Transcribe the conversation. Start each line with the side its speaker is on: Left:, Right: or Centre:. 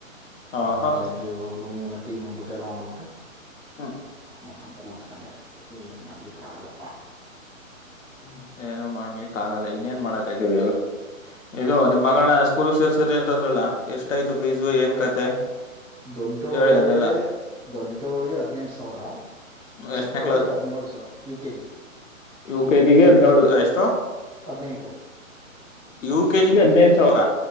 Left: ಆಹಾ
Right: ಆಮೇಲೆದು ರಿ ಒ ್ ಗಊಟ ಎಲ್ಲ ಮಾಡ್ಬಿಟ್ಟು
Left: ಹ್ಮ್
Right: ಮುಖನ್ ಕೂತಕೊಂಡ ಏನು ಮಾಡ್ಲಿಕ್ಕಾಗಲ್ಲ
Left: ಹ್ಮ್ ಏನೋ ಮಾಡ್ಲಿಕ್ ಆಗಲ್ಲ ಇನ್ೇನ್ ಮಾಡಕೈತಲ್ಲ ಇದು ನಿಮ್ಮ್ ಮಗಳನ್ನ ಸ್ಕೂಲ್ ಸೇರ್ ಸ್ ಸರಿ ಅಂತ ಅಂದ್ರಲ್ಲ ಎಷ್ಟ ಆಯ್ತು ಫೀಸ್ ಏನ್ ಕತೆ
Right: ದೊಡ್ಡವಳಿಗೆ
Left: ಹೇಳಿ ಅದ್ನೆಲ್ಲ
Right: ದೊಡ್ಡವಳಗೆ ಹದಿನೆಂಟು ಸಾವಿರ ಚಿಕ್ಕವಳಗೆ
Left: ಎಷ್ಟನೇ
Right: ಹದಿನೇಳು ಸಾವಿರ ಯು ಕೆ ಜಿ.
Left: ಇವ. ಕೆ ಜಿಗೆ ಹದಿನೇಳು ಎಷ್ಟು.
Right: ಹದಿನೆಂಟು.
Left: ಯು ಕೆಜಿಗೆ ಹದಿನೈಂದು ಸಾವಿರ.